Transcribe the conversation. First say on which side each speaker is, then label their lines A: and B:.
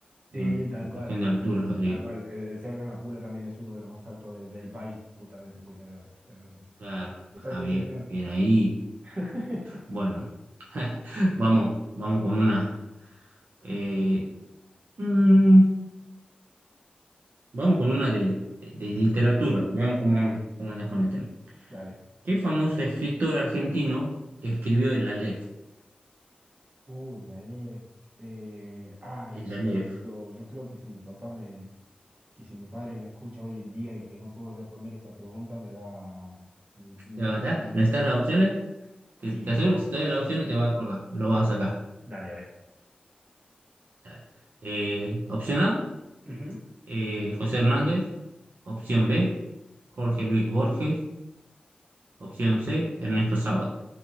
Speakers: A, on the right (about 90°); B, on the right (about 50°).
A: en-
B: Sí, tal
A: en
B: cual,
A: cuestión
B: tal
A: de alturas,
B: cual.
A: así
B: Tal
A: que,
B: cual. El, el Cerro en la Puna también es uno de los más altos de- del país, justamente, sí, tenés razón, tenés razón.
A: claro,
B: Le
A: ah,
B: toca a
A: bien,
B: usted, señor.
A: bien ahí.
B: <laughs>
A: Bueno, <laughs> vamos, vamos con una, eh, mm, vamos con una de, de, de literatura, veamos cómo, cómo andas con este.
B: Dale.
A: ¿Qué famoso escritor argentino escribió el Aleph?
B: Uy, dale. Eh, ay,
A: El
B: es
A: Aleph.
B: un libro. Yo creo que si mi papá me, que si mi padre me escucha hoy en día y que no puedo responder esa pregunta, me va, me,
A: ¿Te va a matar?
B: me va.
A: ¿No están las opciones? Te,
B: Sí,
A: te
B: por
A: aseguro
B: favor.
A: que si te doy las opciones te vas a acordar. Lo vas
B: Sí, amigo.
A: a sacar.
B: Dale, a ver.
A: Dale. Eh, opción A,
B: Ujú.
A: eh, José Hernández. Opción B, Jorge Luis Borges. Opción C, Ernesto Sábato.